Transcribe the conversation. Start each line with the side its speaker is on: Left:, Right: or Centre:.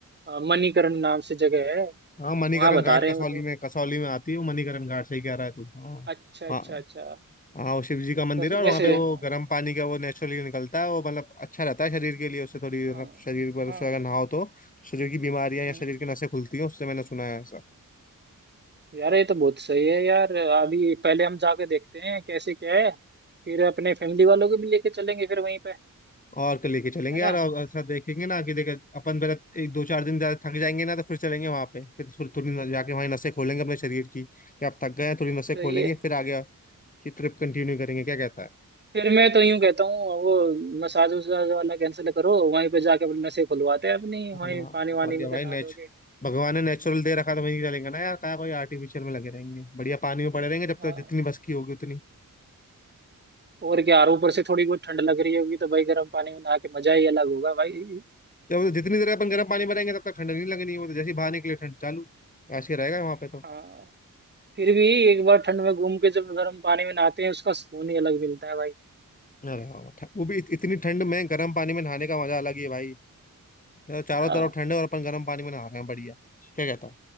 Right: आ, मणिकरण नाम से जगह है
Left: हाँ मणिकरण
Right: वहां बता
Left: घाट
Right: रहे
Left: कसौली
Right: हैं वो तो
Left: में कसौली में आती है वो मणिकरण घाट सही कह रहा है तू हाँ
Right: अच्छा अच्छा
Left: हाँ
Right: अच्छा
Left: हाँ वो शिव जी का मंदिर
Right: बस
Left: है और
Right: वैसे
Left: वहाँ पे वो
Right: हाँ
Left: गर्म पानी का वो नेचुरली निकलता है वो मतलब अच्छा रहता है शरीर के लिए उससे थोड़ी
Right: हाँ
Left: मतलब शरीर पर
Right: हाँ,
Left: उससे अगर नहाओ तो शरीर की बीमारियां या
Right: हम्म।
Left: शरीर की नसें खुलती हैं उससे मैंने सुना है ऐसा
Right: यार ये तो बहुत सही है यार अभी पहले हम जाके देखते हैं कैसे क्या है फिर अपने फैमिली वालों को भी लेके चलेंगे फिर वहीं पे
Left: और कल लेके चलेंगे
Right: है ना
Left: यार और ऐसा देखेंगे ना कि देखे अपन पहले एक दो चार दिन ज्यादा थक जाएंगे ना तो फिर चलेंगे वहाँ पे फिर थोड़ी थोड़ी न- जाके वहाँ नसें खोलेंगे अपने शरीर की कि आप थक गए हैं थोड़ी नसें
Right: सही
Left: खोलेंगे
Right: है
Left: फिर आगे की ट्रिप कंटिन्यू करेंगे क्या कहता है
Right: फिर मैं तो यूं कहता हूँ वो मसाज वसाज वाला कैंसिल करो वहीं पे जाके अपनी नसें खुलवाते हैं अपनी
Left: हाँ
Right: वहीं
Left: ना,
Right: पानी
Left: और
Right: वानी
Left: क्या
Right: में
Left: भाई
Right: नहा
Left: नेच
Right: दोगे
Left: भगवान ने नेचुरल दे रखा तो वहीं चलेंगे ना यार क्या कोई आर्टिफिशियल में लगे रहेंगे बढ़िया पानी में पड़े रहेंगे जब
Right: हाँ
Left: तक जितनी बस की होगी उतनी
Right: और क्या और ऊपर से थोड़ी बहुत ठंड लग रही होगी तो भाई गर्म पानी में नहा के मजा ही अलग होगा भाई
Left: जब जितनी देर अपन गर्म पानी में रहेंगे तब तक ठंड नहीं लगनी वो तो जैसे ही बाहर निकले ठंड चालू ऐसे ही रहेगा वहां पे तो
Right: हाँ फिर भी एक बार ठंड में घूम के जब गर्म पानी में नहाते हैं उसका सुकून ही अलग मिलता है भाई
Left: अरे हाँ, ठ- वो भी इत- इतनी ठंड में गर्म पानी में नहाने का मजा अलग ही है भाई तो चारों
Right: हाँ
Left: तरफ ठंड है और अपन गर्म पानी में नहा रहे हैं बढ़िया क्या कहता है